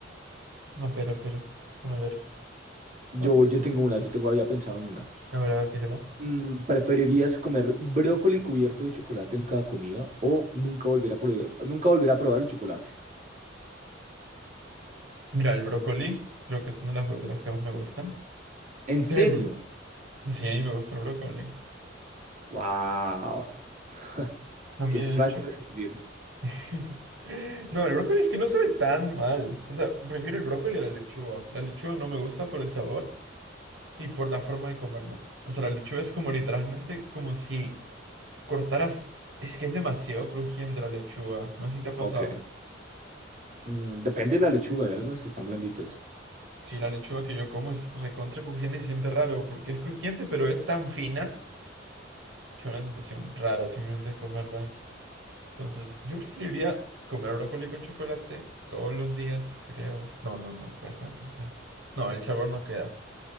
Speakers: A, on the right (about 75°); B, on the right (about 40°).
A: No, pero, pero. Déjame ver.
B: Yo,
A: Otra.
B: yo tengo una, yo tengo, había pensado en una.
A: A ver, a ver, tírala.
B: Mm, ¿Preferirías comer brócoli cubierto de chocolate en cada comida o nunca volver a probar, nunca volver a probar el chocolate?
A: Mira, el brócoli, creo que es una de las verduras que más me gustan.
B: ¿En serio?
A: Pero el bro- Sí, a mí me gusta el brócoli.
B: ¡Wow! <laughs>
A: A mí,
B: Qué extraño
A: de hecho.
B: eres, viejo.
A: <laughs> No, el brócoli es que no sabe tan mal. O sea, prefiero el brócoli a la lechuga. La lechuga no me gusta por el sabor y por la forma de comerla. O sea, la lechuga es como literalmente como si Cortarás. Es que es demasiado crujiente la lechuga. No sé si te ha pasado.
B: Ok. Mm, depende de la lechuga, hay algunas que están blanditas.
A: Sí, la lechuga que yo como es recontra crujiente y se siente raro, porque es crujiente, pero es tan fina que una sensación rara simplemente comerla. Entonces, yo preferiría comer brócoli con chocolate todos los días, creo. No, no, no, déjame pensar. No, el sabor no queda.